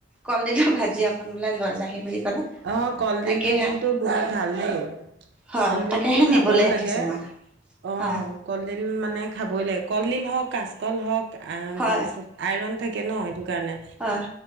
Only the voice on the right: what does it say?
অ কলডিলটো
কিন্তু বহুত ভাল দেই।
কলডিল
টো খাবও
লাগে,
অ,
কলডিল মানে খাবই লাগে। কলডিল হওঁক কাচকল হওক আ
তাৰপিছত আইৰণ থাকে ন সেইটো কাৰণে।